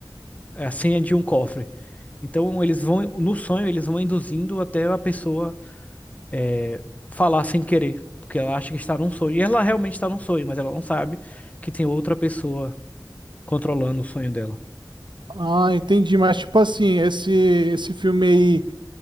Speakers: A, on the left; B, on the right.
A: a senha de um cofre. Então eles vão, no sonho, eles vão induzindo até a pessoa é, falar sem querer, porque ela acha que está num sonho. E ela realmente está num sonho, mas ela não sabe que tem outra pessoa controlando o sonho dela.
B: Ah, entendi, mas, tipo assim, esse, esse filme aí...